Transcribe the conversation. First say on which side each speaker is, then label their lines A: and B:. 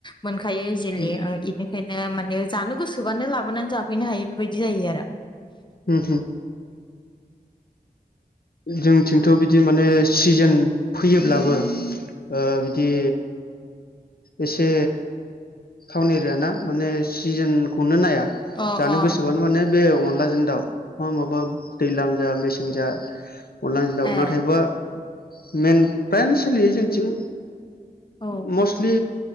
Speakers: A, on the left; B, on the left.
A: मोनखायो इजिलि
B: उम
A: बेनिखायनो माने जानो गोसोबानो लाबोनानै जाफैनो हायो बेबायदि जायो आरो
B: हु होम जोंथिंथ' बिदि माने सिजोन फैयोब्लाबो ओ बिदि एसे टाउन एरिया ना माने सिजोनखौनो नाया
A: औ अ
B: जानो
A: अ
B: गोसोबानो माने बे अनलाजों दाउ मा माबा दैज्लां जा मेसें जा अदला जों दउ
A: ए
B: नाथायबा मेन फ्रायानो सोलियो जोंथिं
A: औ
B: मस्टलि